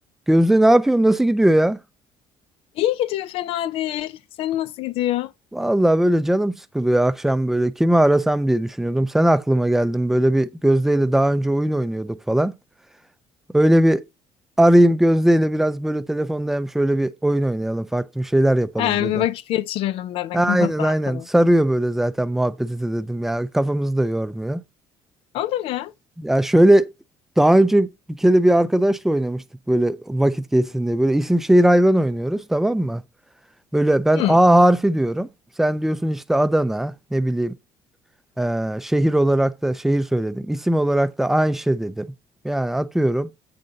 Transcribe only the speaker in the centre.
Gözde ne yapıyorsun? Nasıl gidiyor ya?
Vallahi böyle canım sıkılıyor akşam böyle. Kimi arasam diye düşünüyordum. Sen aklıma geldin. Böyle bir Gözde ile daha önce oyun oynuyorduk falan. Öyle bir arayayım Gözde ile biraz böyle telefonda hem şöyle bir oyun oynayalım. Farklı bir şeyler yapalım
dedim.
Aynen
aynen. Sarıyor böyle zaten muhabbeti de dedim ya. Kafamızı da yormuyor.
Ya şöyle daha önce bir kere bir arkadaşla oynamıştık böyle vakit geçsin diye. Böyle isim şehir hayvan oynuyoruz tamam mı? Böyle ben
A harfi diyorum. Sen diyorsun işte Adana, ne bileyim eee, şehir olarak da şehir söyledim. İsim olarak da Ayşe dedim. Yani atıyorum.